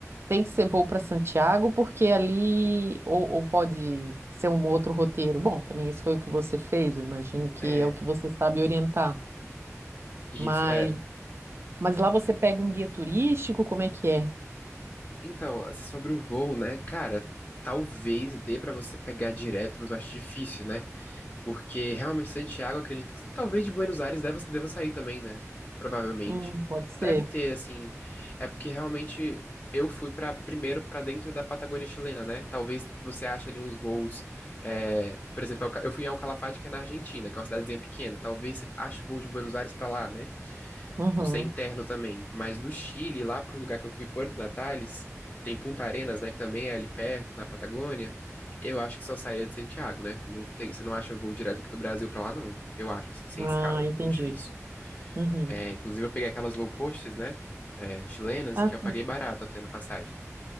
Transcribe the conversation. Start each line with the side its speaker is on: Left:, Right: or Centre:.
Right: Tem que ser voo para Santiago, porque ali ou, ou pode ser um outro roteiro. Bom, também isso foi o que você fez, eu imagino que
Left: É,
Right: é o que você sabe orientar.
Left: isso,
Right: Mas,
Left: é.
Right: mas lá você pega um guia turístico, como é que é?
Left: Então, assim, sobre o voo, né? Cara, talvez dê pra você pegar direto, mas eu acho difícil, né? Porque realmente Santiago, acredito que talvez de Buenos Aires deva, deva sair também, né? Provavelmente.
Right: Hum, pode
Left: Deve
Right: ser.
Left: ter, assim. É porque realmente eu fui para primeiro para dentro da Patagônia chilena, né? Talvez você ache ali uns voos. é, por exemplo, eu ca- eu fui em Alcalafate, que é na Argentina, que é uma cidadezinha pequena. Talvez você ache voo de Buenos Aires para lá, né?
Right: Uhum.
Left: por ser interno também. Mas do Chile, lá pro lugar que eu fui, Porto Natales, tem Punta Arenas, né? Que também é ali perto, na Patagônia. Eu acho que só saía de Santiago, né? Não tem, você não acha voo direto aqui do Brasil pra lá, não. Eu acho, assim, sem
Right: Ah,
Left: escala.
Right: entendi.
Left: Muito difícil.
Right: Uhum.
Left: É, inclusive, eu peguei aquelas low costs, né? é, chilenas,
Right: Ah,
Left: que eu paguei
Right: sim.
Left: barato até na passagem.